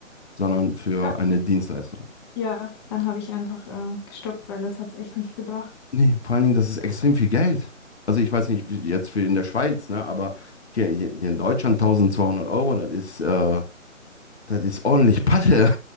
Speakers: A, on the left; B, on the left.
A: sondern für
B: ja,
A: eine Dienstleistung.
B: ja, dann habe ich einfach äh, gestoppt, weil es hat echt nicht gebracht.
A: Nee, vor allen Dingen, das ist extrem viel Geld. Also ich weiß nicht, wie jetzt für in der Schweiz, ne? Aber hier, hier, hier in Deutschland 1200 Euro, das ist, äh, das ist ordentlich Patte.